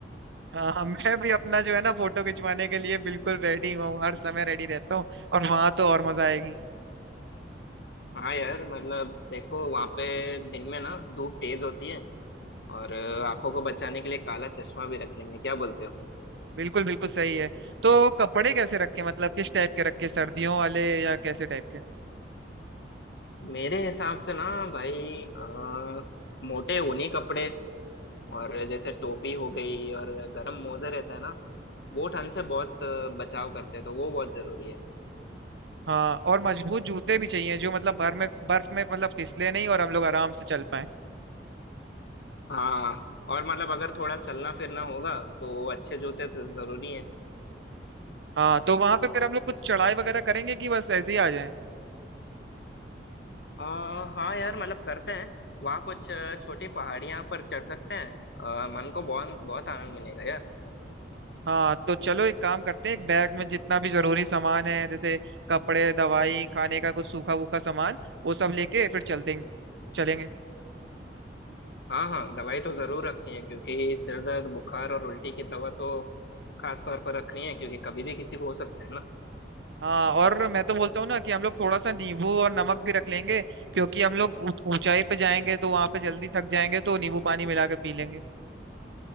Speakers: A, on the right (about 80°); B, on the left (about 65°).
A: हाँ मैं भी अपना जो है ना फोटो खिंचवाने के लिए बिल्कुल रेडी हूँ हर समय रेडी रहता हूँ और वहां तो और मजा आएगी
B: हाँ यार मतलब देखो वहाँ पे दिन में ना धूप तेज होती है और अ, आंखों को बचाने के लिए काला चश्मा भी रख लेंगे क्या बोलते हो
A: बिल्कुल बिल्कुल सही है तो कपड़े कैसे रखे मतलब किस टाइप के रखे सर्दियों वाले या कैसे टाइप के
B: मेरे हिसाब से ना भाई अ, मोटे ऊनी कपड़े और जैसे टोपी हो गई और गर्म मोजे रहता है ना वो ठंड से बहुत अ, बचाव करते हैं तो वो बहुत जरूरी है
A: हाँ और मजबूत <laughs> जूते भी चाहिए जो मतलब भर में बर्फ में मतलब फिसले नहीं और हम लोग आराम से चल पाए
B: हाँ और मतलब अगर थोड़ा चलना फिरना होगा तो अच्छे जूते तो जरूरी है
A: हाँ तो वहां पे फिर हम लोग कुछ चढ़ाई वगैरह करेंगे कि बस ऐसे ही आ जाए
B: आ, हाँ यार मतलब करते हैं वहाँ कुछ अ, छोटी पहाड़ियाँ पर चढ़ सकते हैं अ, मन को बहुत बहुत आनंद मिलेगा यार
A: हाँ तो चलो एक काम करते हैं एक बैग में जितना भी जरूरी सामान है जैसे कपड़े दवाई खाने का कुछ सूखा वूखा सामान वो सब लेके फिर चलते चलेंगे
B: हाँ हाँ दवाई तो जरूर रखनी है क्योंकि सिर दर्द बुखार और उल्टी की दवा तो खास तौर पर रखनी है क्योंकि कभी भी किसी को हो सकता है ना
A: हाँ और मैं तो बोलता हूँ ना कि हम लोग थोड़ा सा नींबू और नमक भी रख लेंगे क्योंकि हम लोग ऊ- ऊंचाई पे जाएंगे तो वहां पे जल्दी थक जाएंगे तो नींबू पानी मिला के पी लेंगे